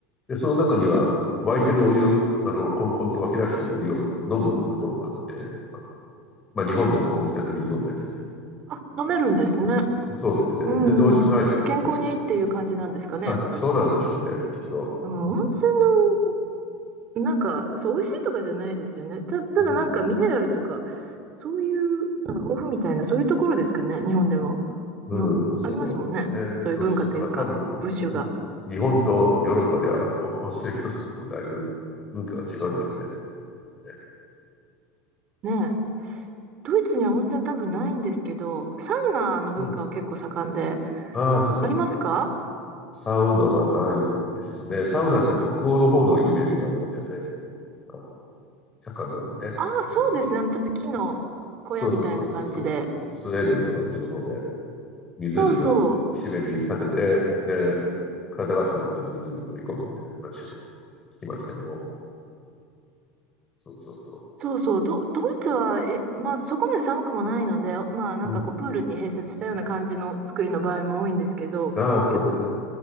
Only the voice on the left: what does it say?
で、その中には、沸いてるお湯、あの、コンコンと湧き出してるお湯を飲むところもあって、まあ、日本でも温泉の水飲んだりするけど、
ね、そうですね。
全然美味しくないですけどね。
あ、
そうなんでしょうね、きっと。
うん、
うん、
うん、
そうね。
そうそう。だから多分、
日本とヨーロッパではお温泉一つとってもだいぶ文化が違うんでしょうね。ね
うん。ああ、そっかそっか。
サウナはないですよね。サウナって北欧の方のイメージがありますよね。あの、盛んなのがね。
あの、
そうそうそうそうそうそうそう、スウェーデンとかあっちの方で湖の岸辺に立てて、
で、体が熱くなったら水に飛び込むみたいな話を聞きますけども。そうそうそ
う。うん。
ああ、そうですか。